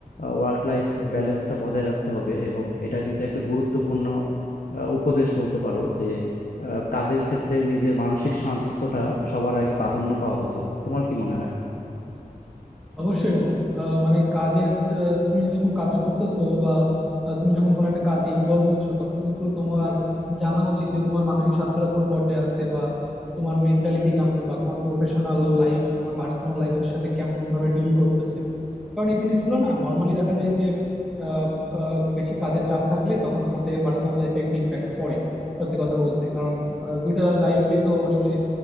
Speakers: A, on the left; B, in the centre.
A: ওয়ার্ক লাইফ ব্যালেন্সটা বজায় রাখতে হবে এবং এটা কিন্তু একটা গুরুত্বপূর্ণ আহ, উপদেশ বলতে পারো যে আহ, কাজের ক্ষেত্রে নিজের মানসিক স্বাস্থ্যটা সবার আগে প্রাধান্য পাওয়া উচিত তোমার কি মনে হয়
B: অবশ্যই বন্ধু আহ, মানে কাজের আহ, তুমি যখন কাজ করতেছো বা আহ, তুমি যখন কোনো একটা কাজে ইনভলভ হচ্ছ তখন কিন্তু তোমার জানা উচিত যে তোমার মানসিক স্বাস্থ্যটা কোন পর্যায়ে আছে বা তোমার মেন্টালিটি কেমন বা তোমার প্রফেশনাল লাইফ তোমার পার্সোনাল লাইফের সাথে কেমন ভাবে ডিল করতেছে কারণ এই জিনিসগুলো না নর্মালি দেখা যায় যে আহ, আহ, বেশি কাজের চাপ থাকলে তখন আমাদের পার্সোনাল লাইফে একটি ইম্প্যাক্ট পড়ে সত্যি কথা বলতে কারণ আহ, দুইটা লাইফই তো আসলে